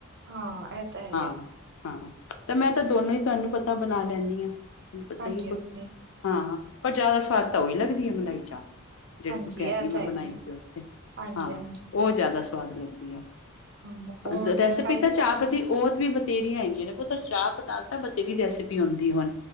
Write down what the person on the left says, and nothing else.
ਹਾਂ ਹਾਂ, ਤੇ ਮੈਂ ਤਾਂ ਦੋਨੋ ਹੀ, ਤੇਨੂੰ ਪਤਾ ਬਣਾ ਲੈਂਨੀ ਹਾਂ, ਤੈਨੂੰ ਪਤਾ
ਹੀ ਹੈ
ਹਾਂ, ਪਰ ਜ਼ਿਆਦਾ ਸਵਾਦ ਤਾਂ ਉਹੀ ਲੱਗਦੀ ਹੈ, ਮਲਾਈ ਚਾਪ। ਜਿਹੜੀ
ਤੂੰ ਕਹਿਣੀ
ਆ ਮੈਂ
ਬਣਾਈ
ਸੀ ਉੱਥੇ,
ਹਾਂ,
ਉਹ ਜ਼ਿਆਦਾ ਸਵਾਦ ਲੱਗਦੀ ਆ। ਹਾਂ,
ਰੈਸਪੀ
ਤਾਂ
ਚਾਪ
ਦੀ ਓਤ ਵੀ ਥੇਰੀਆਂ ਹੈਗੀਆਂ ਨੇ ਪੁਤਰ ਚਾਪ ਨਾਲ ਤਾਂ ਬਥੇਰੀ ਰੈਸਿਪੀ ਹੁੰਦੀ ਹੋੁਣ